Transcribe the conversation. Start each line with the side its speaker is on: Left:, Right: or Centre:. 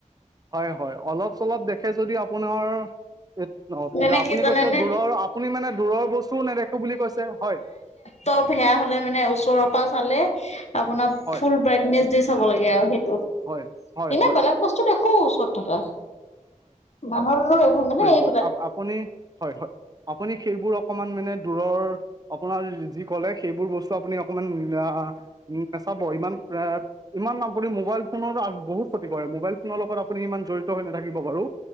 Right: হয়, হয় অলপ চলপ দেখে যদি আপোনাৰ <unintelligible> অ', কিন্তু
Left: মানে
Right: আপুনি
Left: কি জানেনে
Right: কৈছে দূৰৰ আপুনি মানে দূৰৰ বস্তুও নেদেখো বুলি কৈছে হয়।
Left: ত' বেয়া হ'লে মানে ওচৰৰ পৰা চালে। আপোনাৰ
Right: হয়
Left: ফুল ব্ৰাইটনেচ দি চাব লাগে আৰু সেইটো,
Right: হয় হয়
Left: এনে
Right: হয়
Left: বেলেগ বস্তু দেখো ওচৰত থকা মানুহৰো <unintelligible> মানে এই
Right: অ', আপ আপুনি হয়, হয়, আপুনি সেইবোৰ অকমান মানে দূৰৰ আপোনাৰ যি ক'লে সেইবোৰ বস্তু আপুনি অকমান না-নাচাব ইমান এ ইমান আপুনি মোবাইল ফোনৰ আ বহুত ক্ষতি কৰে মোবাইল ফোনৰ লগত আপুনি ইমান জড়িত হৈ নাথাকিব বাৰু